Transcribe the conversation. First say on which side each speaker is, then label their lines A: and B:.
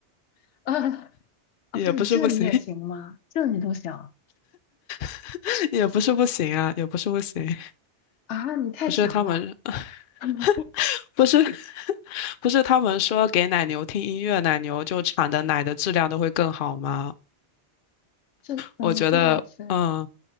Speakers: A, on the left; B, on the left.
A: <laughs> 啊啊，
B: 也不是不行，
A: 你这你也行吗？这你都行
B: <laughs> 也不是不行啊，也不是不行。
A: 啊？你太强了！
B: 不是他们，<laughs>
A: <laughs>
B: 不是 <laughs> 不是他们说给奶牛听音乐，奶牛就产的奶的质量都会更好吗？
A: 这嗯，
B: 我觉得，
A: 这倒是。
B: 嗯